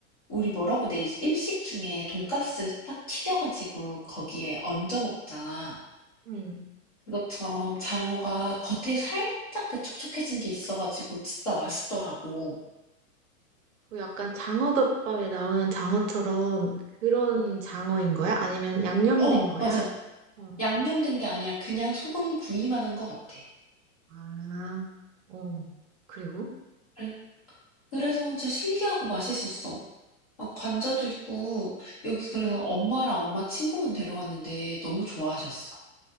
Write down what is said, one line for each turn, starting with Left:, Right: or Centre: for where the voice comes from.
Left: 우리 뭐라고 해야 되지? 일식 중에 돈가스 딱 튀겨가지고 거기에 얹어 먹잖아.
Right: 응.
Left: 그것처럼 장어가 겉에 살짝 그 촉촉해진 게 있어가지고 진짜 맛있더라고.
Right: 그 약간 장어덮밥에 나오는 장어처럼 그런 장어인 거야? 아니면 양념된
Left: 어,
Right: 거야?
Left: 맞아.
Right: 어.
Left: 양념된 게 아니라 그냥 소금 구이만 한 것 같아.
Right: 아, 어. 그리고
Left: 그래- 그래서 진짜 신기하고 맛있었어. 막 관자도 있고 여기 그래서 엄마랑 엄마 친구분 데려갔는데 너무 좋아하셨어.